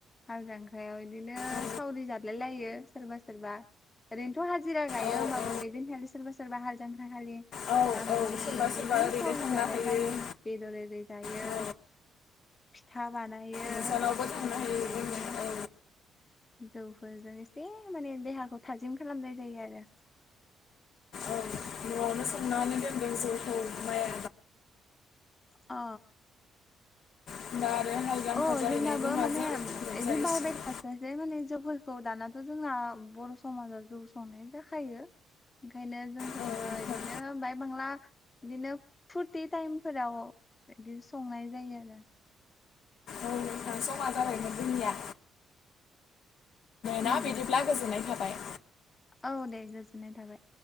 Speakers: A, on the left; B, on the left.
A: हाल जांख्रायाव बिदिनो
B: औ
A: सावरि जादलाय लायो सोरबा सोरबा ओरैनोथ हाजिरा गायो
B: औ
A: होमबाबो बेदिनखालि सोरबा सोरबा हाल जांख्राखालि
B: औ
A: गामिनि
B: औ सोरबा
A: इदिनो
B: सोरबा ओरैनो
A: सावरि
B: थांना
A: जालाय
B: होयो
A: लायो बेदर जायो
B: औ
A: फिथा बानायो
B: नोंसानावबो थांनो
A: लोगोसे
B: हायो जोङो
A: इदिनो
B: औ
A: जौफोरजों एसे माने देहाखौ थाजिम खालामनाय जायो आरो
B: औ नआवनो संनानै दोन <unintelligible>
A: अ
B: <unintelligible>
A: अ
B: जाहैनायजों
A: जोंनाबो
B: माजों
A: माने बिदि
B: लोमजाहैसिगोन
A: बायबाय थास्लायस्लाय माने जौफोरखौ दानाथ' जोंना बर' समाजाव जौ संनाय जाखायो ओंखायनो जोंफोरबो
B: औ नोंथां
A: बिदिनो बाय बांला बिदिनो फुरथि टाइमफोराव बिदि संनाय जायो आरो
B: औ नोंथां समा जाबायमोन जोंनिया ना
A: उम
B: बिदिब्ला गोजोननाय थाबाय
A: औ दे गोजोननाय थाबाय